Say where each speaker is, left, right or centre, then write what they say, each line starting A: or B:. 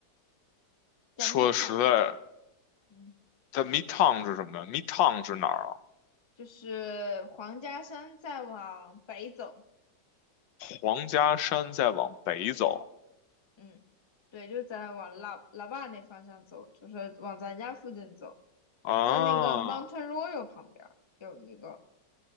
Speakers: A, on the left; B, on the left.
A: 在
B: 说的实在，
A: Midtown，嗯，
B: 在 Midtown 是什么呀？Midtown 是哪儿啊？
A: 就是黄家山再往北走。
B: 皇家山再往北走
A: 嗯，对，就在往拉拉瓦那方向走，就是往咱家附近走，
B: 啊？
A: 在那个 Mountain Royal 旁边儿有一个